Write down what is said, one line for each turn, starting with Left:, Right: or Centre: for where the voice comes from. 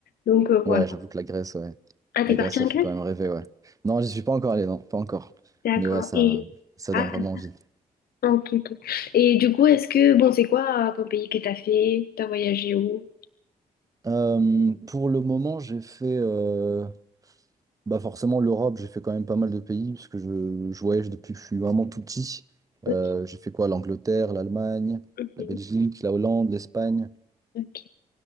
Left: Donc, euh, voilà.
Right: Ouais, j'avoue que la Grèce, ouais.
Left: Ah,
Right: La
Left: t'es
Right: Grèce,
Left: partie
Right: ça
Left: en
Right: fait
Left: Grèce?
Right: quand même rêver, ouais. Non, j'y suis pas encore allé, non, pas encore.
Left: D'accord.
Right: Mais ouais, ça,
Left: Et...
Right: ça
Left: Ah,
Right: donne vraiment envie.
Left: ah, ok, ok. Et du coup, est-ce que, bon, c'est quoi euh, comme pays que t'as fait? T'as voyagé où?
Right: Euh, pour le moment, j'ai fait. euh, Bah forcément, l'Europe, j'ai fait quand même pas mal de pays, parce que je, je voyage depuis que je suis vraiment tout petit.
Left: Ok.
Right: Euh, j'ai fait quoi? L'Angleterre, l'Allemagne,
Left: Mhm.
Right: la Belgique, la Hollande, l'Espagne.
Left: Ok.